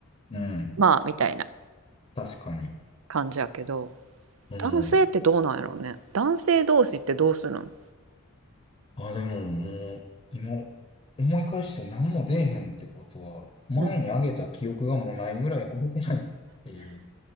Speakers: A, on the left; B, on the right.
A: うん。うん。
B: まあみたいな
A: 確かに。
B: 感じやけど、
A: うん。
B: 男性ってどうなんやろうね。男性同士ってどうするん
A: あ、でももう、今、思い返して何も出えへんってことは、前にあげた記憶がもうないぐらいあげてないっていう。
B: うん。